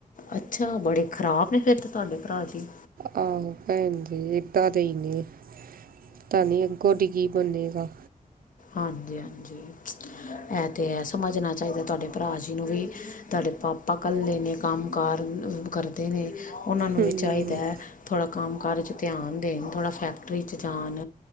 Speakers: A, on the left (about 65°); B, on the right (about 85°).
A: ਅੱਛਾ ਬੜੇ ਖ਼ਰਾਬ ਨੇ ਫਿਰ ਤੇ ਤੁਹਾਡੇ ਭਰਾ ਜੀ
B: ਆਹੋ ਭੈਣ ਜੀ ਏਦਾਂ ਦੇ ਹੀ ਨੇ ਪਤਾ ਨਹੀਂੀ ਅਗੋਂ ਡ ਕੀ ਬਨੇਗਾ
A: ਹਾਂਜੀ ਹਾਂਜੀ ਇਹ ਤੇ ਹੈ ਸਮਝਣਾ ਚਾਹੀਦਾ ਤੁਹਾਡੇ ਭਰਾ ਜੀ ਨੂੰ ਵੀ ਤੁਹਾਡੇ ਪਾਪਾ ਘੱਲੇ ਨੇ ਕੰਮ ਕਾਰ ਕਰਦੇ ਨੇ ਉਹਨਾਂ ਨੂੰ
B: ਹੂੰ
A: ਵੀ ਚਾਹੀਦਾ ਹੈ ਥੋੜ੍ਹਾ ਕੰਮ ਕਾਰਜ ਧਿਆਨ ਦੇਣ ਥੋੜ੍ਹਾ ਫੈਕਟਰੀ 'ਚ ਜਾਣ